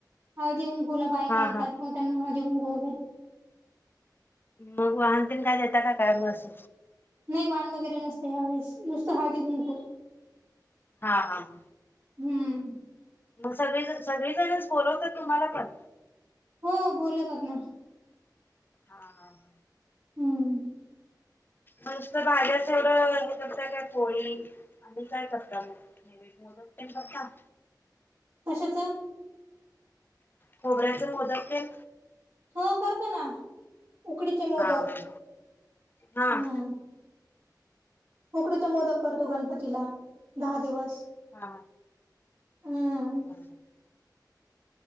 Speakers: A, on the right (about 45°); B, on the left (about 30°).
A: हळदी कुंकू ला बायका
B: हा
A: येतात
B: हा
A: मग त्यांना हळदी कुंकू
B: मग वान तेन काय देता? काय म अस
A: नाही वान वगैरे नसतं ह्या वेळेस, नुसतं हळदी कुंकू.
B: हां हां.
A: हम्म.
B: मग सगळीज, सगळीजणच बोलवतय तुम्हाला पण?
A: हो बोलवतात ना.
B: हां हां.
A: हम्म
B: नुसतं भाज्याच एवढं हे करता का पोळी? आणि काय करता मग? नैवेद्य मोदक तेन करता?
A: कशाचं?
B: खोबऱ्याच मोदक तेन?
A: हो करतो ना. उकडीचे मोदक
B: हां हां हां.
A: हम्म उकडीचे मोदक करतो गणपतीला दहा दिवस.
B: हा
A: हम्म
B: <inaudible>